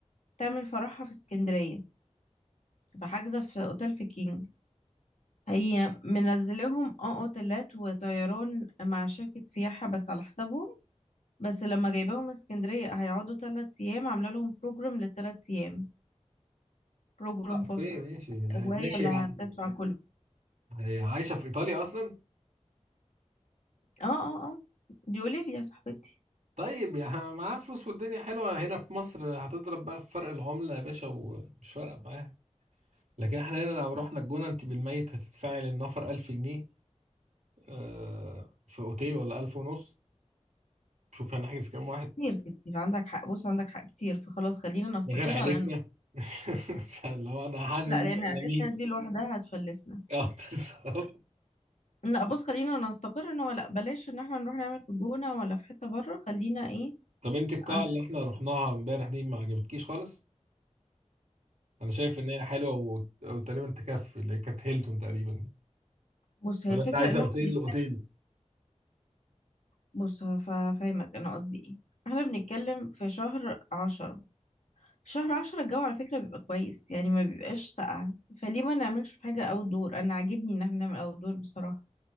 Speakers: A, on the left; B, on the right.
A: تعمل فرحها في اسكندريه فحاجزه في اوتيل في كينج هي منزلهم اه اوتيلات وطيران مع شركه سياحه بس على حسابهم بس لما جايباهم اسكندريه هيقعدوا ثلاث ايام عامله لهم بروجرام للثلاث ايام بروجرام
B: اه اوكي
A: فسح
B: ماشي
A: وهي
B: ماشي
A: اللي
B: يعني
A: هتدفع كله
B: هي عايشه في ايطاليا اصلا
A: اه اه اه دي اولivia صاحبتي
B: طيب يعني معاها فلوس والدنيا حلوه هنا في مصر هتضرب بقى في فرق العمله يا باشا ومش فارقه معاها لكن احنا هنا لو رحنا الجونة انت بالميت هتدفعي للنفر 1000 جنيه آه، في اوتيل ولا 1000 ونص شوف هنحجز كام واحد
A: كتير كتير عندك حق بص عندك حق كتير فخلاص خلينا نستقر
B: ده غير عيلتنا
A: على انه
B: <laughs> فاللي هو انا هعزم
A: لا
B: مين
A: لان عيلتنا
B: ولا مين
A: دي لوحدها هتفلسنا
B: <laughs> اه بالظبط
A: لا بص خلينا نستقر ان هو لا بلاش ان احنا نروح نعمل في الجونة ولا في حتة بره خلينا ايه
B: طب انت القاعة
A: ع-
B: اللي احنا رحناها امبارح دي ما عجبتكيش خالص انا شايف ان هي حلوة وت- وتقريبا تكفي اللي هي كانت هيلتون تقريبا
A: بص هي
B: ولا
A: الفكرة
B: انت عايزه
A: ان
B: اوتيل
A: احنا بن-
B: اوتيل
A: بص هفا- هفهمك انا قصدي ايه احنا بنتكلم في شهر عشرة شهر عشرة الجو على فكرة بيبقى كويس يعني ما بيبقاش ساقع فليه ما نعملش في حاجة اوت دور انا عاجبني ان احنا نعمل اوت دور بصراحة